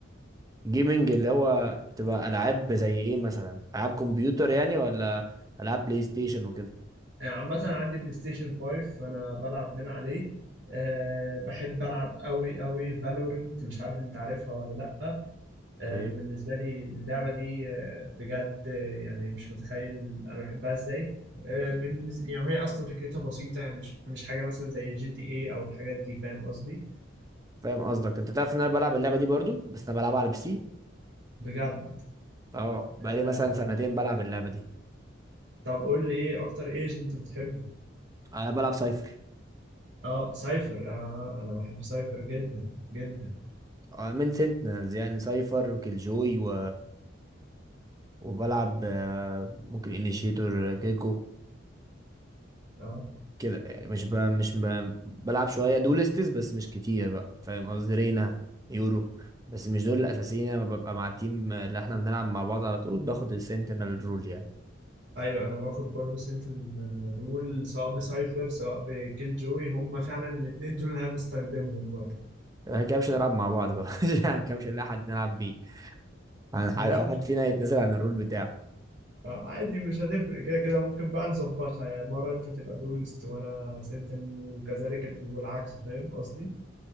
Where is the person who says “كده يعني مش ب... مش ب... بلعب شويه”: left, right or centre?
Right